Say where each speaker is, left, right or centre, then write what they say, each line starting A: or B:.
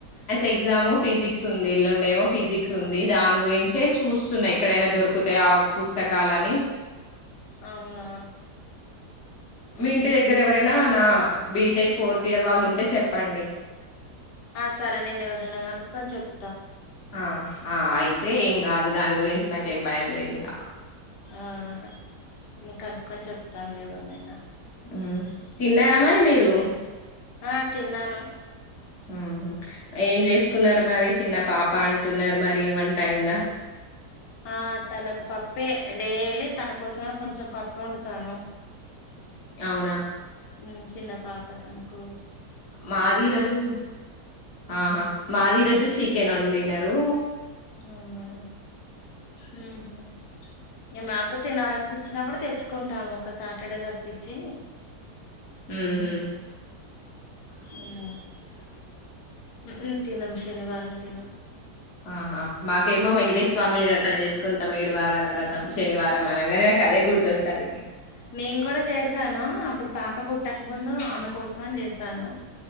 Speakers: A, on the left; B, on the left.
A: ఎగ్జాము ఫిజిక్స్ ఉంది ఎల్లుండి ఏమో ఫిజిక్స్ ఉంది దాని గురించే చూస్తున్నా ఎక్కడైనా దొరుకుతాయ ఆ పుస్తకాలని
B: అవునా
A: మీ ఇంటి దగ్గర ఎవరైనా నా బీటెక్ ఫోర్త్ ఇయర్ వాళ్ళు ఉంటే చెప్పండి.
B: ఆ సరే నేను ఎవరినైనా కనుక్కొన్ చెప్
A: ఆ ఆ అయితే ఇంగ దాని గురించి నాకేం భయం లేదింగ
B: ఆహా నేన్ కనుకోని చెప్తాను లే ఎవరినైనా
A: హ్ తిన్నారా మరి మీరు
B: ఆ తిన్నాను
A: హ్ హ్ ఏం చేసుకున్నారు మరి చిన్న పాప అంటున్నారు మరి వంట అయిందా
B: ఆ తనకు పప్పే డైలీ తన కోసం కొంచెం పప్పే వండుతాను
A: అవునా
B: మ్ చిన్న పాప తను కు
A: మాది ఈరోజు ఆహా మాది ఈరోజు చికెన్ వండినరు
B: మ్మ్ హ్మ్ హు మాకు తినాలనిపించినప్పుడు తెచ్చుకుంటాము ఒక సాటర్డే తప్పిచ్చి
A: మ్ హ్
B: హ్మ్ హు తినం శనివారం తినం
A: ఆహా మాకేమో వెంకటేశ్ స్వామి రథం చేసుకుంటాం ఏడు వారాల రథం శనివారం అనంగానే నాకు అదే గుర్తొస్తది
B: నేను కూడా చేసాను అప్పుడు పాప పుట్టక ముందు ఆమె కోసం అని చేస్ శాను